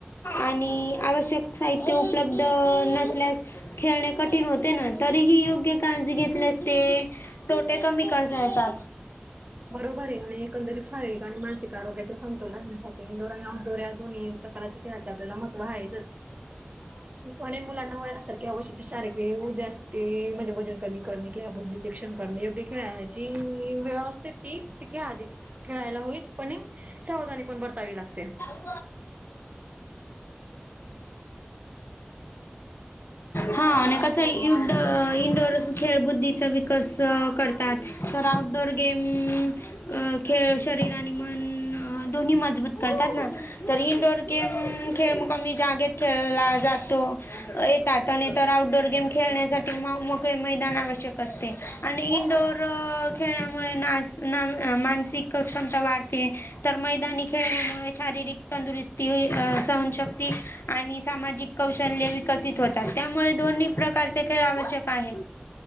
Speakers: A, on the left; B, on the right.
A: आणि आवश्यक साहि त्य उपलब्ध नसल्यास खेळणे कठीण होते ना, तरीही योग्य काळजी घेतल्यास ते तोटे कमी करता येतात.
B: बरोबर ये आणि एकंदरीत शारीरिक आणि मानसिक आरोग्याचा समतोल राखण्यासाठी इंडोर आणि आउटडोर या दोन्ही प्रकाराचे खेळाचे आपल्याला महत्व हायच च. को मुलांना <unintelligible> व्हाण्यासारखी अवश्यची शारीरिक उद्या असते, म्हणजे वजन कमी करणे किंवा बुद्धी तीक्ष्ण करणे, योग्य खेळाची <inaudible> अस ती <inaudible> खेळाली, खेळायला होईच पण सावधानी पण बरतावी लागते.
A: <unintelligible> <unintelligible> हां आणि कस? इन-इनडोर खेळ बुद्धीचा विकस करतात, तर आउटडोअर गेम म अ खेळ शरीर आणि मन दोन्ही मजबूत करतात ना, तर इनडोर गेम खेळ मग कमि जागेत खेळला जातो. येतात आणि तर आउटडोर गेम खेळण्यासाठी म म मोकळे मैदान आवश्यक असते आणि
B: हो
A: इंडोअर खेळण्यामुळे ना अस ना मानसिक क्षमता वाढते. तर मैदानी खेळण्यामुळे शारीरिक तंदुरुस्ती, सहनशक्ती आणि सामाजिक कौशल्य विकसित होतात. त्यामुळे दोन्ही प्रकारचे खेळ आवश्यक- आहे.